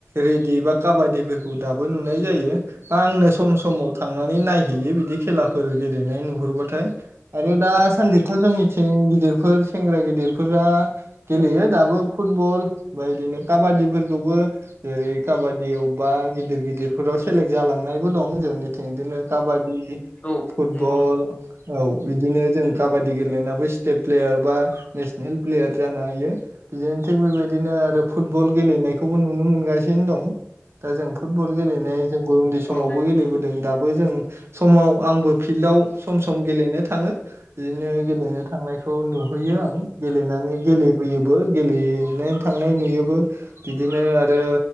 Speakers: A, on the right; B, on the left.
A: रेडि बा काबादिबो दाबो नुनाय जायो। <unintelligible> आंनो सम समाव थांनानै नायहैयो बिदि खेला फोर गेलेनाय नुहुरबाथाय आरो दा सान्दि जोंनिथिं गिदिरफोर सेंग्रा गिदिर फोरा गेलेयो दाबो फुटबल बा बिदिनो काबादिफोरखौबो जेरै काबादि अबेबा गिदिर गिदिरफोराव सेलेक्ट जालांनायबो दं जोंनिथिं बिदिनो काबादि उम
B: नंगौ औ
A: फुटबल
B: नंगौ
A: औ बोजों काबादि गेलेनाबो स्तेत प्लेयार बा नेसनेल प्लेयार जानो हायो बिदिनो थ बेबायदिनो आरो फुटबल गेलनायखौबो नुनो नुनो मोनगासिनो दं दा जों फुटबल गेलेनाय जोंबो उन्दै समावबो
B: औ
A: गेलेबोदों दा जों समाव आंबो फिल्दाव सम सम गेले थाङो बिदिनो गेलेनो थांनायखौ नुहैयो आं गेलेनानै गेलेबोयोबो गेलेयैनो थांनाय नुयोबो बिदिनो आरो